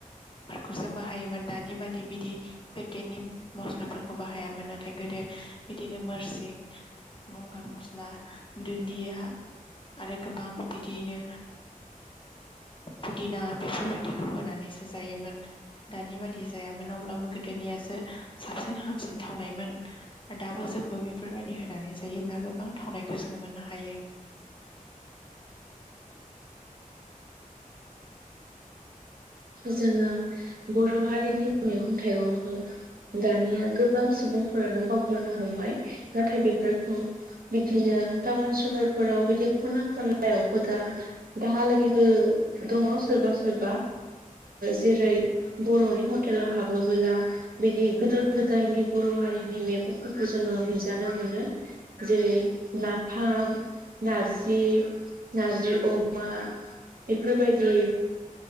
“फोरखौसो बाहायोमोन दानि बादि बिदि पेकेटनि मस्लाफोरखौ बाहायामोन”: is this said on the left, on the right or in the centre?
Left